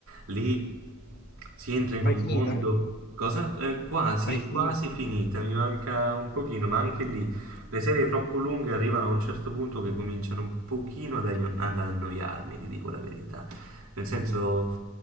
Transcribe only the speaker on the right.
Lì si entra in un
mondo, cosa? Eh, quasi,
quasi finita, mi manca un pochino, ma anche lì le serie troppo lunghe arrivano a un certo punto che cominciano un pochino ad, aio- ad annoiarmi, ti dico la verità. Nel senso,